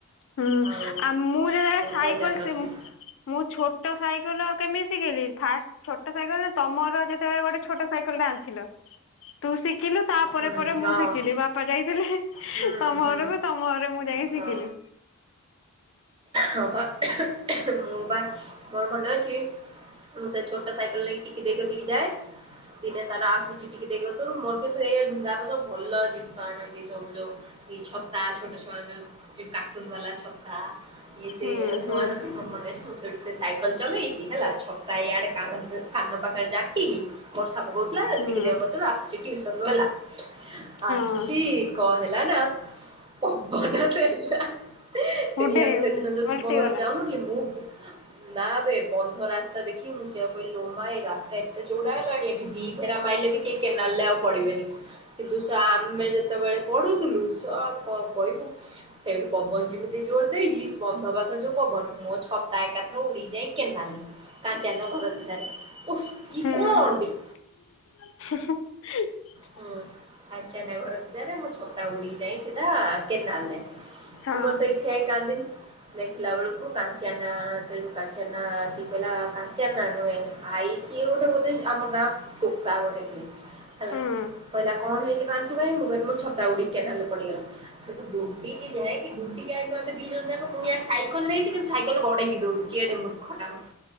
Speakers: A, on the left (about 60°); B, on the right (about 20°).
A: ହୁଁ।
B: ଆଉ
A: ଆ ମୁଁ ଯେତେବେଳେ ସାଇକଲ
B: ତ ଜାଣିନଥିଲି
A: ସିମ୍ ମୁଁ ଛୋଟ ସାଇକେଲ କେମିତି ଶିଖିଲି ଫାଷ୍ଟ ଛୋଟ ସାଇକେଲ ନା ତମର ଯେତେବେଳେ ଗୋଟେ ଛୋଟ ସାଇ କେଲ ଟେ ଆଣିଥିଲ ତୁ ଶିଖିଲୁ ତା ପରେ
B: ହୁଁ
A: ପରେ ମୁଁ
B: ହଁ
A: ଶିଖିଲି। ବାପା ଯାଇଥିଲେ,
B: ହୁଁ
A: ତମ
B: ହୁଁ
A: ଘରକୁ ତମ ଘରେ ମୁଁ ଯାଇଁକି
B: ହଁ
A: ଶିଖିଲି।
B: ହଁ ପା ମୁଁ, ପା ମୋର ମନେ ଅଛି ମୁଁ, ସେ ଛୋଟ ସାଇକଲ୍ ନେଇକି ଟିକି ଦେଇ କତିକି ଯାଏ। ଦିନେ ତାର ଆସୁଛି ଟିକେ ଦେଇଗତିରୁ, ମୋର କିନ୍ତୁ ଏ ଧୁଙ୍ଗାପା ସବୁ ଭଲ ଜିନିଷ ଆଣନ୍ତି ସବୁ ଯୋଉ ଏଇ ଛତା, ଛୋଟ ଛୁଆ ଯୋଉ କାର୍ଟୁନ ବାଲା ଛତା, ଇଏ
A: ହୁଁ
B: ସେ ସବୁ
A: ହୁଁ
B: ଆଣନ୍ତି। ମନେ ଅଛି, ମୁଁ ସେଠୁ ସେ ସାଇକଲ୍ ଚଲେଇକି, ହେଲା ଛତା ଇଆଡେ କା <unintelligible> କାନ ପାଖରେ ଯାକିକି ବର୍ଷା ପକଉଥିଲା,
A: ହୁଁ
B: ଟିକି ଦେଇଙ୍କ କତିରୁ ଆସୁଛି ଟ୍ୟୁସନ ରୁ ହେଲା।
A: ହଁ
B: ଆସୁଛି କଁ ହେଲା ନା, ପବନ ଦେଲା ହା।
A: ଗୁଡେ
B: ସେଇଆକୁ ସେଦିନ ଯୋଉ
A: ଓଲଟିଗଲା।
B: ତୁମ ଘରକୁ ଯାଉନଥିଲି, ମୁଁ ନା ବେ ବନ୍ଧ ରାସ୍ତା ଦେଖି ମୁଁ ସେଆ କହିଲି ଲୋ, ମା ଏ ରାସ୍ତା ଏତେ ଚଉଡା ହେଲାଣି, ଏଠି ଦି ଭେରା ମାଇଲେ ବି କେହି କେନାଲ୍ ଲେ ଆଉ ପଡିବେନି। କିନ୍ତୁ, ସେ ଆମେ ଯେତେବେଳେ ପଢୁଥୁଲୁ, ସ କଣ କହିବୁ? ସେଇଠୁ ପବନ ଯିମିତି ଜୋର ଦେଇଛି, ବନ୍ଧ ପାଖେ ଯୋଉ ପବନ ମୋ ଛତା ଏକାଥରେ ଉଡିକି ଯାଇ କେନାଲ୍ ରେ କାଞ୍ଚିଆନା ଘର ସିଧାରେ। ଓଫ୍ ଏ
A: ହୁଁ
B: କୋଣ ବେ!
A: <inaudible>
B: ହୁଁ, ଆଚିଆନା ଘର ସିଧାରେ, ମୋ ଛତା ଉଡିକି ଯାଇ ସିଧା କେନାଲ ଲେ।
A: ହଁ
B: ମୁଁ ମର ସେଇଠିଆଇ କାନ୍ଦିନି। ଦେଖିଲା ଅଳକୁୁ କାଞ୍ଚିଆନା ସେଇଠୁ, କାଞ୍ଚିଆନା ଆସିକି କହିଲା, କାଞ୍ଚିଆନା ନୁହେଁ, ଆଈ କିଏ ଗୋଟେ ବୋଧେ ଆମ ଗାଁ ଟୋକା ଗୋଟେ କିଏ? ହେଲା!
A: ହୁଁ
B: କହିଲା କଣ ହେଇଛି କାନ୍ଦୁଚୁ କାଇଁ? ମୁଁ କହିଲି ମୋ ଛତା ଉଡିିକି କେନାଲ୍ ରେ ପଡିଗଲା। ସେଠୁ ଡ଼ି କି ଯାଇକି, ଦୁଡି କି ଆଇଁଲୁ ଆମେ ଦି ଜଣ ଯାକ। ମୁଁ ଇଆଡ଼େ ସାଇକଲ୍ ନେଇଛି, କିନ୍ତୁ ସାଇକଲ୍ ଗଡେଇିକି ଦୌଡୁଚି ଏଡେ ମୂର୍ ଖଟାମ୍,